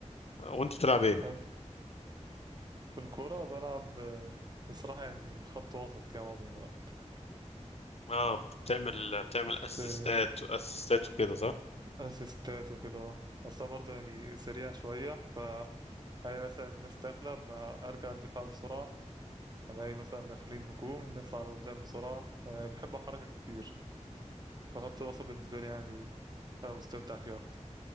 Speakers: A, on the left; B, on the right.
A: وانت بتلعب ايه
B: طب حلو في الكورة بلعب آه، بصراحة يعني خط وسط كده معظم الوقت
A: اه بتعمل بتعمل
B: بس
A: اسيستات
B: آه،
A: اسيستات وكده صح
B: أسيستات وكده أصلا برضه يعني سريع شوية الاقي مثلا الناس داخلة ب- ارجع الدفاع بسرعة الاقي مثلا داخلين هجوم نطلع لقدام بسرعة يعني بحب أحرك كتير فخط الوسط بالنسبة لي يعني أنا مستمتع فيه أكتر